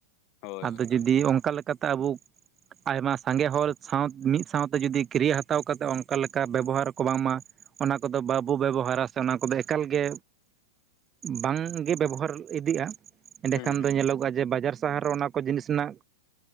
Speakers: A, on the left (about 45°); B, on the right (about 20°).
A: ᱦᱳᱭ
B: ᱟᱫᱚ ᱡᱩᱫᱤ ᱚᱱᱠᱟ ᱞᱮᱠᱟᱛᱮ ᱟᱵᱚ <inaudible> <inaudible> ᱟᱭᱢᱟ ᱥᱟᱸᱜᱮ ᱦᱚᱲ ᱥᱟᱶ ᱢᱤᱫ ᱥᱟᱶᱛᱮ ᱡᱩᱫᱤ ᱠᱤᱨᱭᱟᱹ ᱦᱟᱛᱟᱣ ᱠᱟᱛᱮᱫ ᱚᱱᱠᱟ ᱞᱮᱠᱟ ᱵᱮᱵᱚᱦᱟᱨ ᱠᱚ ᱵᱟᱝᱢᱟ ᱚᱱᱟ ᱠᱚᱫᱚ ᱵᱟᱵᱚ ᱵᱮᱵᱚᱦᱟᱨᱟ ᱾ ᱥᱮ ᱚᱱᱟ ᱠᱚᱫᱚ ᱮᱠᱟᱞᱜᱮ ᱵᱟᱝᱜᱮ ᱵᱮᱵᱚᱦᱟᱨ ᱤᱫᱤᱜᱼᱟ ᱾ ᱮᱸᱰᱮᱠᱷᱟᱱ
A: ᱦᱩᱸ ᱦᱩᱸ
B: ᱫᱚ ᱧᱮᱞᱚᱜᱚᱜᱼᱟ ᱡᱮ ᱵᱟᱡᱟᱨ ᱥᱟᱦᱟᱨ ᱨᱮ ᱚᱱᱟ ᱠᱚ ᱡᱤᱱᱤᱥ ᱨᱮᱱᱟᱜ